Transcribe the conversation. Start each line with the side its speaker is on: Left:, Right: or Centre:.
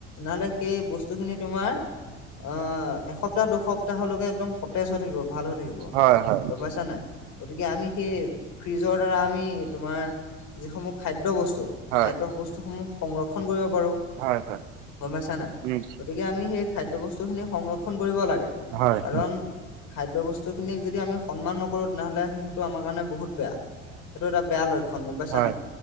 Left: নহ'লে সেই বস্তুখিনি তোমাৰ অহ এসপ্তাহ দুসপ্তাহলৈকে একদম সতেজ হৈ থাকিব ভাল হৈ থাকিব,
Right: হয় হয়
Left: গম পাইছা নাই? গতিকে আমি সেই ফ্ৰিজৰ দ্বাৰা আমি তোমাৰ যিসমূহ খাই খাদ্য বস্তু,
Right: হয়
Left: খাদ্য বস্তুসমূহ সংৰক্ষণ কৰিব পাৰোঁ।
Right: হয়, হয়।
Left: গম পাইছা নাই,
Right: উম
Left: গতিকে আমি সেই খাদ্য বস্তুখিনি সংৰক্ষণ কৰিব লাগে,
Right: হয়
Left: কাৰণ খাদ্য বস্তুখিনিক যদি আমি সন্মান নকৰোঁ তেনেহ'লে সেইটো আমাৰ কাৰণে বহুত বেয়া। সেইটো এটা বেয়া লক্ষণ, গম পাইছা
Right: হয়
Left: নাই?